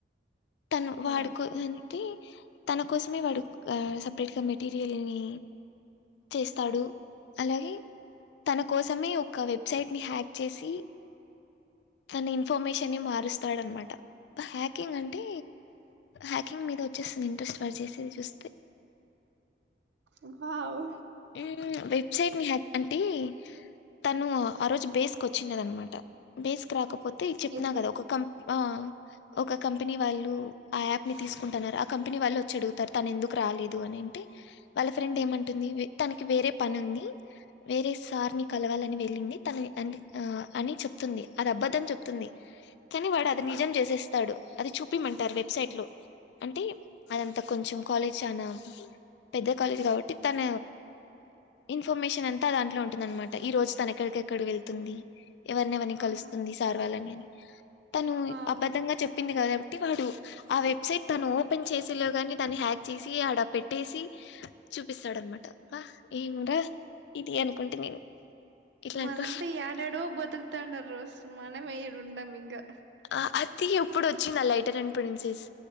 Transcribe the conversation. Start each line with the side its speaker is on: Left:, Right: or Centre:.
Left: తను వాడుకో
Right: ఓ
Left: అంటే తన కోసమే వాడు సపరేట్గా పెట్ బిరియాని చేస్తడు అలాగే తన కోసమే ఒక వెబ్సైట్ ని హ్యాక్ చేసి తన ఇన్ఫర్మేషన్ ని మారుస్తాడ అన్ మాట బ హ్యాకింగ్ అంట్ అంటే హ్యాకింగ్ మీద వచ్చేసి ఇంట్రెస్ట్ పరి చేేసే ది చూసి
Right: ఇంకావు
Left: ఉమ్ వెబ్సై అయిట్ ని హ్యాక్ అంటే తను ఆ రోజు బేస్కు వచ్చిఉన్నది అన్నమాట బేస్కు రాకపోతే తి చెప్పిన
Right: ఎత్తు
Left: కదా ఒకో ఒక్క ఆ ఒక కంపెనీ వాళ్ళు ఆ యాప్ ని తీసుకుంట ఉన్నారు ఆ కంపెనీ వాళ్ళు వచ్చి అడుగుతారు తను ఎందుకు రాలేదు అని ఏంటి వాళ్ళ ఫ్రెండ్ ఏమఅంటుంది వేత్తానికి వేరే పని ఉంది వేరే సార్ని కలవాలఅని వే వెళ్ళింది తన అండ్ ఆ అని చెప్తుంది అది అబద్ధం చెప్తుంది కానీ వాడు అది
Right: ఆ
Left: నిజం చేసేస్తాడు అది చూపిమంటారు వెబ్సైట్ లో అంటే అదంతా కొంచెం కాలేజ్ చనా పెద్ద కాలేజ్ కాబట్టి తన ఇన్ఫర్మేషన్ అంతా దాంట్లో ఉంటుంది అన్నమాట ఈ రోజు తన ఎక్కడికెక్కడ వెళ్తుంది ఎవరిని ఎవరిని కలుస్తుంది
Right: ఆహా
Left: సార్ వాళ్ళని అని తను
Right: వావ్
Left: అబద్ధంగా చెప్పింది కదా పెట్టి వాడు ఆ వెబ్సైట్ తను ఓపెన్ చేసే లోగాని తాన్ని హ్యాక్ చేసి అడ పెట్టేసి చూపిస్తాడనమాట అబ్బ ఏమురా ఇది అనుకుంటే నేను ఇట్లాంటి
Right: వాళ్ళ అంతా యాడ్ యాడో బతుకుతా ఉండారు సో మనమే ఈడుండమ్ ఇంకా
Left: ఆ అద్ధి అప్పుడు వచ్చింద లైట్ టేన్ అనడ్ ప్రిన్సెస్